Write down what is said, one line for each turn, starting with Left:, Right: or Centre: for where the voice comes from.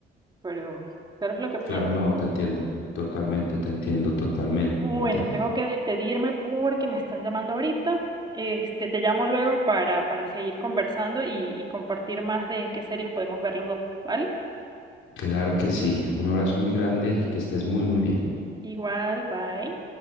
Right: pero, pero es lo que pienso.
Left: Claro, no, te entiendo, totalmente, te entiendo totalmente.
Right: Bueno, tengo que despedirme porque me están llamando ahorita. Este, te llamo luego para, para seguir conversando y, y compartir más de qué series podemos ver los dos, ¿vale?
Left: Claro que sí. Un abrazo muy grande y que estés muy, muy bien.
Right: Igual, bye.